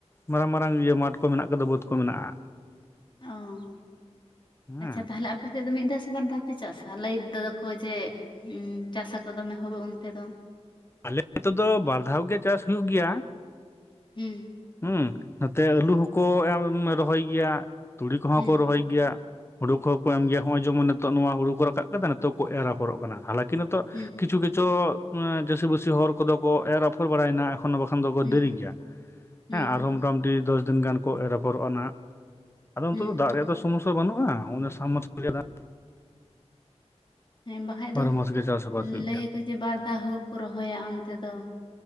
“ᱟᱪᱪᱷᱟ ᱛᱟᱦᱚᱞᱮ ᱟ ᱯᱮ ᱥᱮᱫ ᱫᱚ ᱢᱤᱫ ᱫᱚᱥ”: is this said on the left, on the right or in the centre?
Left